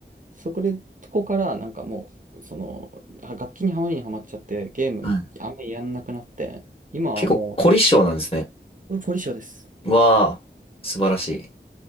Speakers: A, on the right (about 45°); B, on the left (about 30°).
A: そこで、とこからなんかもう、その、あ楽器にはまりにはまっちゃって、ゲームあんまりやんなくなって、
B: はい。
A: 今はもう、
B: 結構凝り性なんですね。
A: うん凝り性です。
B: わあ、素晴らしい。